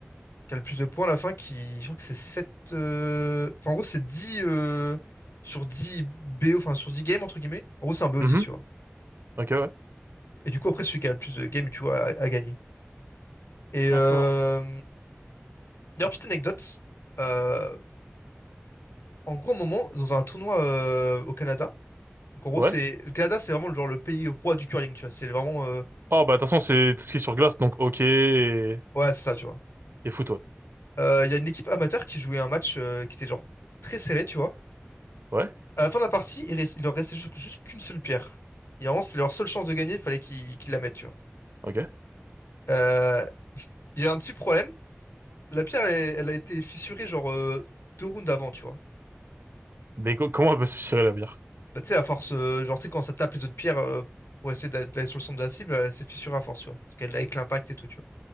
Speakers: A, on the left (about 75°); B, on the right (about 60°).
A: qui a le plus de points à la fin qui. Je crois que c'est 7. Enfin, en gros, c'est dix euh, sur 10 BO, enfin sur 10 games, entre guillemets. En gros, c'est un BO
B: Mhm.
A: 10 sur.
B: Ok, ouais.
A: Et du coup, après, celui qui a le plus de games, tu vois, a, a gagné. Et
B: D'accord.
A: euh... d'ailleurs, petite anecdote. euh, En gros, un moment, dans un tournoi euh, au Canada, donc en gros,
B: Ouais.
A: c'est. Le Canada, c'est vraiment le, genre, le pays roi du curling, tu vois. C'est vraiment. euh,
B: Oh, bah, de toute façon, c'est tout ce qui est sur glace, donc ok et,
A: Ouais, c'est ça, tu vois.
B: et foot, ouais.
A: Euh, Il y a une équipe amateur qui jouait un match euh, qui était genre très serré, tu vois.
B: Ouais,
A: À la fin de la partie, il, reste- il leur restait juste, juste qu'une seule pierre. Et vraiment, c'est leur seule chance de gagner, il fallait qu'ils qu'ils la mettent, tu vois.
B: ok.
A: Euh, Il y a un petit problème. La pierre, elle, elle a été fissurée genre euh, deux rounds avant, tu vois.
B: Mais co- comment elle va se tirer la bière?
A: Bah, tu sais, à force, euh, genre, tu sais, quand ça tape les autres pierres euh, pour essayer d'a- d'aller sur le centre de la cible, elle s'est fissurée à force, tu vois. Parce qu'elle avec l'impact et tout, tu vois.